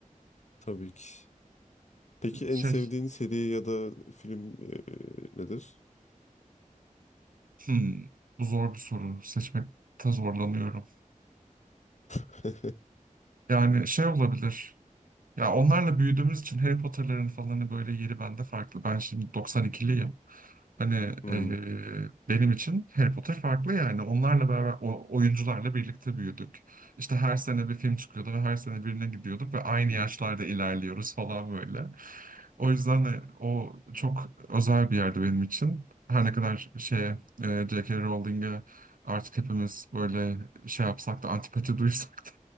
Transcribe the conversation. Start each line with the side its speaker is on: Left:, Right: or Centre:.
Left: Tabii ki. Peki en
Right: Şey,
Left: sevdiğin seri ya da film e, nedir?
Right: hmm, bu zor bir soru. Seçmekte zorlanıyorum.
Left: <laughs>
Right: Yani şey olabilir. Ya onlarla büyüdüğümüz için Harry Potter'ların falan hani böyle yeri bende farklı. Ben şimdi 92'liyim. Hani
Left: Hmm.
Right: eee, benim için Harry Potter farklı yani. Onlarla beraber, o oyuncularla birlikte büyüdük. İşte her sene bir film çıkıyordu ve her sene birine gidiyorduk ve aynı yaşlarda ilerliyoruz falan böyle. O yüzden de o çok özel bir yerde benim için. Her ne kadar şeye, eee, J.K. Rowling'e artık hepimiz böyle şey yapsak da antipati duysak da